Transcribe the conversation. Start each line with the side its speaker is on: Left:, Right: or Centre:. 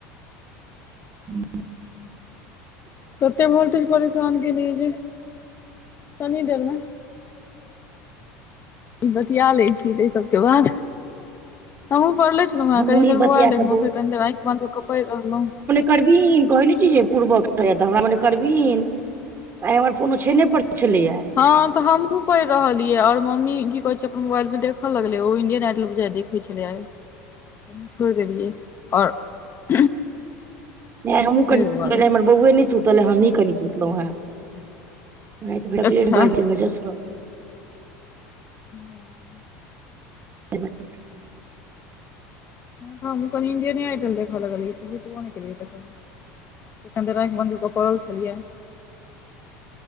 Right: हूँ <unintelligible>
Left: कते वोल्टेज परेशान केनेयै जे कनी देर मे ई बतिया लै छी तैई सब के बाद हमू पढ़ले छी लौ हँ
Right: हमहुँ
Left: कनि
Right: ई
Left: देर
Right: बतिया
Left: मोबाल देखलौं
Right: कऽ बौआ
Left: फेर कनि देर आँखि बंध कऽक पड़ि रहलौं
Right: करबीन कहै नै छी जे पूर्वके तऽ हमरा मने करबीन आय हमर फोन औछेने पर छलैया
Left: हँ तऽ हमहुँ पैड़ रहलियै आओर मम्मी की कहै छै अपन मोबाइल मे देख लगलेै ओ इंडियन आइडल बुझाय दे भी छलयैया आय त हमहुं छोड़ि देलियै आओर
Right: आई हमहूँ
Left: ताहि
Right: कनी
Left: दुआरे
Right: सुतले हमर बौए नै सुतला हमही कनि सुतलौं हेँ। राति भऽ
Left: अच्छा
Right: गेलय ने गाड़ी के बजह स <unintelligible>
Left: हँ
Right: ह <unintelligible>
Left: हमहूं कनी ईन्डियने आइडल देखऽ लगलियै उठबो नै केलियै फेर कनि देर आंखि बन्द कऽक पड़ल छलिया